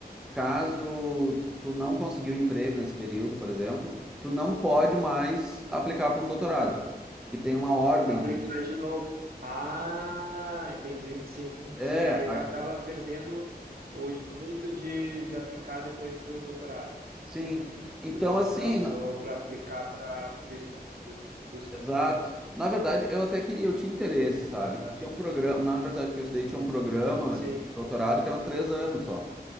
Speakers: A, in the centre; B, on the right.
A: caso tu não conseguiu emprego nesse período, por exemplo, tu não pode mais aplicar para um doutorado,
B: ah.
A: que tem uma ordem
B: aplicar
A: de...
B: de novo. Ah, entendi. Sim,
A: É,
B: sim. Aí tu acaba perdendo o direito de, de aplicar depois para o doutorado,
A: Sim.
B: porque
A: Então,
B: tu
A: assim,
B: já usou
A: na-
B: para aplicar para visto de busca.
A: exato. Na verdade, eu até queria, eu tinha interesse, sabe?
B: Aham.
A: E Tinha um programa, na universidade que eu estudei, tinha um programa
B: Sim.
A: de doutorado que eram três anos só.